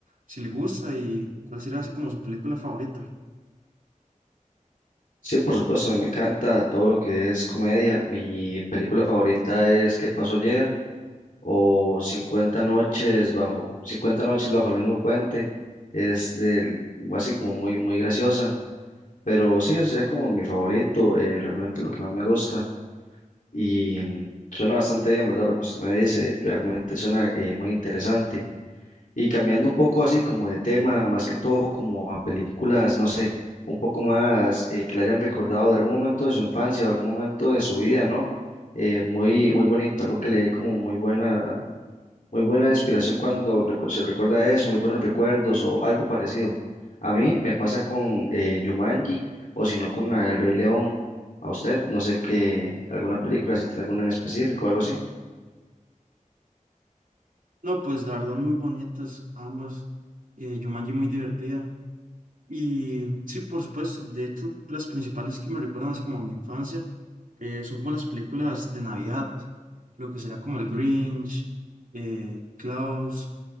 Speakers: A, on the right (about 75°); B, on the left (about 70°).
A: si le gusta y cuál será así como su película favorita.
B: Sí, por supuesto, a mí me encanta todo lo que es comedia. Mi película favorita es ¿Qué pasó ayer? o 50 noches bajo cincuenta noches bajo el mismo puente. Es del- así como muy muy graciosa, pero sí, eso sería como mi favorito, eh, realmente lo que más me gusta. y mm, suena bastante bien, ¿verdad? Lo que usted me dice realmente suena eh, muy interesante. Y cambiando un poco así como de tema, más que todo como a películas, no sé, un poco más eh, que le hayan recordado de algún momento de su infancia o algún momento de su vida, ¿no? Eh, muy, muy bonito, algo que le dé como muy buena muy buena inspiración cuando recu- se recuerda eso, muy buenos recuerdos o algo parecido. A mí me pasa con eh, Jumanji o si no con la El Rey León. A usted, no sé qué, alguna película, si tiene alguna en específico o algo así.
A: No, pues la verdad muy bonitas ambas. Eh, Jumanji muy divertida. Y sí, por supuesto, de hecho las principales que me recuerdan así como a mi infancia eh, son como las películas de Navidad, lo que será como el Grinch, eh, Klaus.